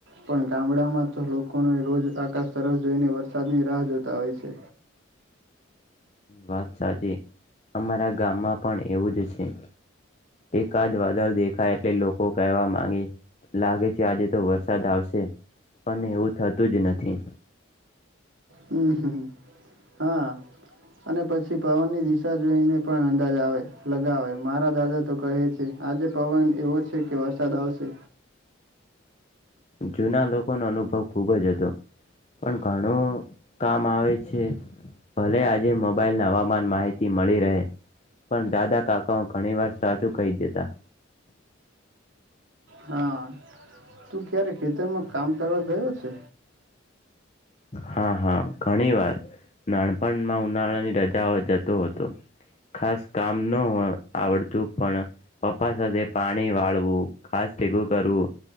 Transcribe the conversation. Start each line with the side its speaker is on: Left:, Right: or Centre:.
Right: પણ ગામડામાં તો લોકોને રોજ આકાશ તરફ જોઈને વરસાદની રાહ જોતા હોય છે.
Left: વાત સાચી અમારા ગામમાં પણ એવું જ છે એકાદ વાદળ દેખાય એટલે લોકો કહેવા માંગે લાગે છે આજે તો વરસાદ આવશે પણ એવું થતું જ નથી.
Right: હમ હમ અને પછી પવનની દિશા જોઈને પણ અંદાજ આવે લગાવે મારા દાદા તો કહે છે આજે પવન એવો છે કે વરસાદ આવશે.
Left: જૂના લોકો નો અનુભવ ખુબ જ હતો પણ ઘણું કામ આવે છે ભલે આજે મોબાઈલ ના હવામાન માહિતી મળી રહે પણ દાદા કાકાઓ ઘણી વાર સાચું કહી દેતા.
Right: હા. તું ક્યારે ખેતરમાં કામ કરવા ગયો છે.
Left: હા હા ઘણી વાર નાનપણમાં ઉનાળાની રજાઓ જતો હતો ખાસ કામ ન આવડતું પણ પપ્પા સાથે પાણી વાળવું ઘાસ ભેગું કરવું